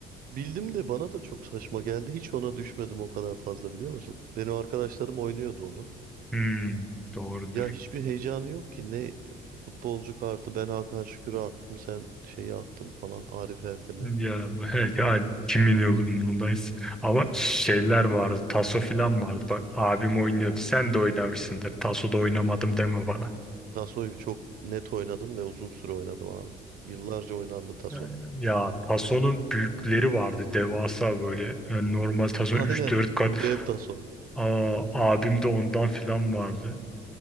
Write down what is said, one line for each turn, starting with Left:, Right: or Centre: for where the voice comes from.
Right: Bildim de bana da çok saçma geldi. Hiç ona düşmedim o kadar fazla biliyor musun? Benim arkadaşlarım oynuyordu onu.
Centre: Hmm, doğrudur.
Right: Ya hiçbir heyecanı yok ki. Ne futbolcu kartı ben Hakan Şükür'ü attım sen şeyi attın falan Arif Erdem'e.
Centre: Ya evet ya, kimin umurundayız. Ama şeyler vardı. Taso filan vardı. Bak abim oynuyordu. Sen de oynamışsındır. Taso da oynamadım deme bana.
Right: Taso'yu çok net oynadım ve uzun süre oynadım abi. Yıllarca oynandı Taso.
Centre: Ee, Ya Tason'un büyükleri vardı devasa böyle Yani normal Tason
Right: <laughs>
Centre: 3-4
Right: Aynen
Centre: kat
Right: dev Taso.
Centre: Aa, abim de ondan filan vardı.